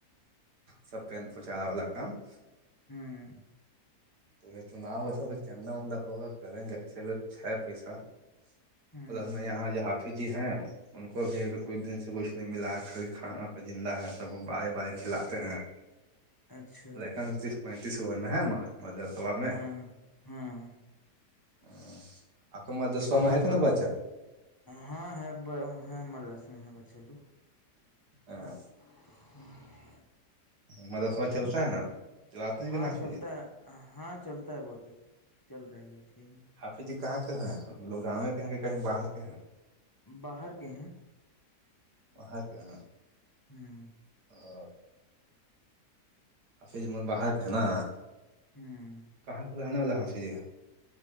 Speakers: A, on the right; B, on the left.
A: سب پ پچارا والا کام-
B: ہوں
A: تو چناؤ وسا تو چندا وندا ہوگا کریں گا ایسے بھی کچھ ہے پیسہ-
B: ہوں
A: پلس میں یہاں جو حافظ جی ہیں ان کو بھیھی ابھی کچھ دن سے کچھ نہیں ملا ہے خالی کھانا پہ زندہ ہے سب وہ بار- بار کھلاتے ہیں
B: اچھا
A: ن تیس پینتیرس اوور ن ہ م مدسبا میں
B: ہاں ہاں
A: ہوں آپ کا ملدسا
B: آپ
A: میں
B: لوگ
A: ہے کہ
B: طرف
A: نا بچن-
B: ہاں ہے ہ مردس میں ہے ب چلو
A: ہاں-
B: <unintelligible>
A: مدروخبہ چلتا ہے نا چلاتے ہیں
B: ہاں
A: کہ نا حافظ
B: چلتا
A: جی
B: ہے, ہاں چلتا ہے, بہت اچھا چل رہا ہے بھی اچھا ہی-
A: حافظ جی کہاں کے ہیں لوگ گاوں کے ہیں کہ کہیں باہر کے ہیں
B: باہر کے ہیں
A: وہاں کہ ہاں-
B: ہوں-
A: او آپھر جو من باہر کے ہے نا
B: ہاں-
A: اللہ حافظ